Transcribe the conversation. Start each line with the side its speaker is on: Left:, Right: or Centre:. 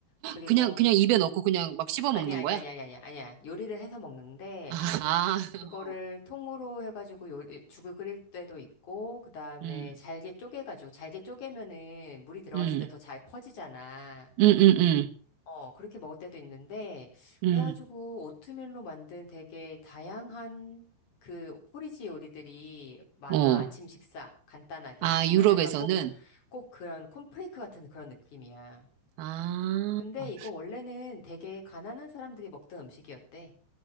Left: 그리고,
Right: 그냥, 그냥 입에 넣고 그냥 막 씹어
Left: 아니야,
Right: 먹는
Left: 아니야,
Right: 거야?
Left: 아니야, 아니야, 아니야. 아니야. 요리를 해서 먹는데,
Right: 아, 아, <laughs>
Left: 그거를
Right: 어.
Left: 통으로 해가지고 요, 죽을 끓일 때도 있고, 그 다음에
Right: 음,
Left: 잘게 쪼개가지고, 잘게 쪼개면은 물이 들어갔을
Right: 음,
Left: 때 더 잘 퍼지잖아.
Right: 음, 음,
Left: 어, 그렇게 먹을 때도 있는데, 그래가지고
Right: 음,
Left: 오트밀로 만든 되게 다양한 그 포리지 요리들이 많아.
Right: 음, 어.
Left: 아침 식사, 간단하게.
Right: 아,
Left: 그니까
Right: 유럽에서는?
Left: 약간 꼭, 꼭 그런 콘프레이크 같은 그런 느낌이야.
Right: 아,
Left: 근데 이거 원래는 되게 가난한 사람들이 먹던 음식이었대.